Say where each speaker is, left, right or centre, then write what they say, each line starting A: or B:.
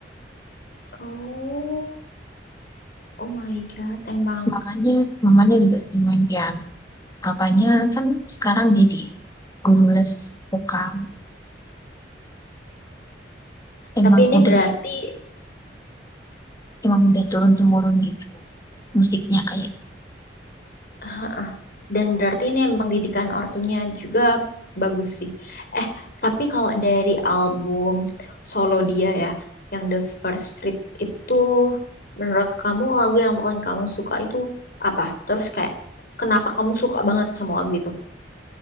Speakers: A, on the left; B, on the left.
A: Oh, oh my God, emang.
B: Mamanya, mamanya juga sering main piano. Apanya kan sekarang jadi guru les vokal. Emang
A: Tapi ini
B: udah,
A: berarti,
B: emang udah turun temurun gitu musiknya kayak
A: Ah, dan berarti ini emang didikan ortunya juga bagus sih. Eh, tapi kalau dari album solo dia ya, yang The First Street itu, menurut kamu lagu yang paling kamu suka itu apa? Terus kayak, kenapa kamu suka banget sama lagu itu?